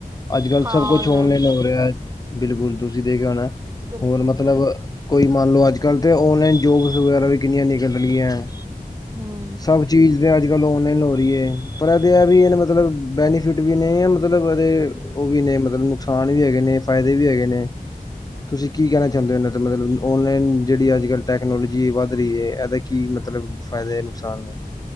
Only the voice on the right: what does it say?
ਹਾਂ
ਔਨਲਾਈਨ
ਬਿਲਕੁਲ,
ਹੂੰ।